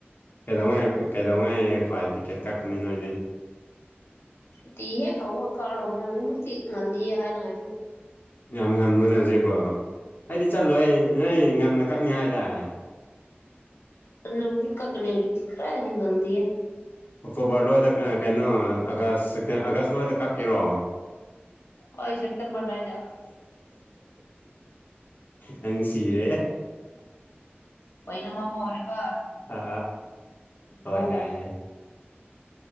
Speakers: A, on the left (about 50°); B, on the left (about 80°).
A: ꯀꯩꯗꯧꯉꯩ ꯀꯩꯗꯧꯉꯩ ꯐ꯭ꯂꯥꯏꯠ ꯇꯤꯀꯦꯠ ꯀꯛꯀꯅꯤ ꯅꯣꯏꯗꯤ
B: ꯁꯨꯇꯤ ꯍꯦꯛ ꯍꯧꯕ ꯀꯥꯔ꯭ꯗꯣꯕꯅꯦ ꯍꯨꯖꯤꯛ ꯃꯨꯠꯇꯤ ꯉꯜꯂꯤꯌꯦ ꯍꯥꯏꯅꯉꯥꯏꯖꯨ
A: ꯌꯥꯝ ꯉꯟꯕ꯭ꯔꯅꯦ ꯍꯧꯖꯤꯛꯕꯣ ꯑꯩꯗꯤ ꯆꯠꯂꯣꯏ ꯅꯣꯏ ꯉꯟꯅ ꯀꯛꯅꯤ ꯍꯥꯏꯗꯥꯏ
B: ꯑꯅꯧꯕꯨꯗꯤ ꯀꯛꯀꯅꯤ ꯍꯧꯖꯤꯛꯇꯤ ꯈꯔꯗꯤ ꯉꯜꯂꯤꯌꯦ
A: ꯑꯣꯛꯇꯣꯕꯔꯗꯋꯥꯏꯗ ꯀꯩꯅꯣ ꯑꯥꯒꯁ ꯁꯦꯛꯇꯦꯝ ꯑꯥꯒꯁꯗꯋꯥꯏꯗ ꯀꯛꯀꯦꯔꯣ
B: ꯍꯣꯏ ꯁꯦꯞꯇꯦꯝꯕꯔꯗꯥꯏꯗ
A: ꯅꯪ ꯁꯤꯔꯦ
B: ꯂꯣꯏꯅꯃꯛ ꯑꯃ ꯑꯣꯏꯔꯒ
A: ꯑ ꯍꯣꯏ
B: ꯗ꯭ꯔꯣ
A: ꯌꯥꯏꯅꯦ